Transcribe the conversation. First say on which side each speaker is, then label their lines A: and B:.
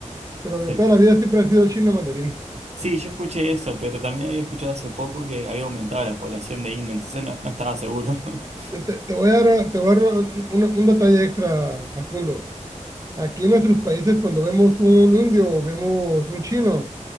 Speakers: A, on the right; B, on the right.
A: Pero
B: Sí.
A: de toda la vida siempre ha sido el chino mandarín.
B: Sí, yo escuché eso, pero también había escuchado hace poco que había aumentado la población de India, entonces no, no estaba seguro. <laughs>
A: Te, te- te voy a dar, te voy a dar un, un- un detalle extra, Facundo. Aquí en nuestros países, cuando vemos un indio o vemos un chino,